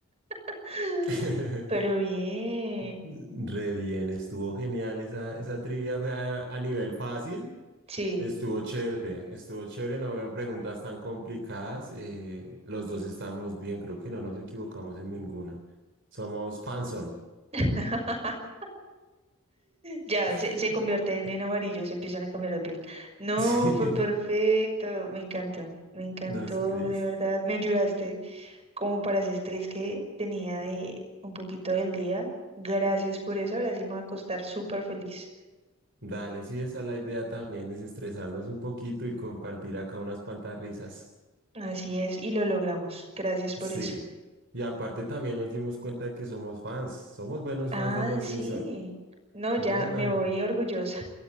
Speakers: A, on the right; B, on the right.
A: <laughs>
B: <laughs>
A: Pero bien.
B: Re bien, estuvo genial. Esa, esa trivia fue a, a nivel fácil,
A: Sí.
B: Estuvo chévere, estuvo chévere, no habían preguntas tan complicadas. eh, los dos estamos bien, creo que no nos equivocamos en ninguna. Somos fanson.
A: <laughs> Ya, se,
B: <laughs>
A: se convierten en amarillos, se empiezan a cambiar de piel. No,
B: Sí,
A: fue perfecto. Me encantó. Me encantó,
B: no sé, Liz.
A: de verdad. Me ayudaste como para ese estrés que tenía de un poquito del día. Gracias por eso. Ahora sí me voy a acostar súper feliz.
B: Dale, sí, esa es la idea también, desestresarnos un poquito y compartir acá unas cuantas risas.
A: Así es, y lo logramos. Gracias por
B: Sí.
A: eso.
B: Y aparte también nos dimos cuenta de que somos fans, somos buenos
A: Ah,
B: fans de los
A: sí.
B: Simpson,
A: No, ya
B: ¿no? Una,
A: me voy orgullosa.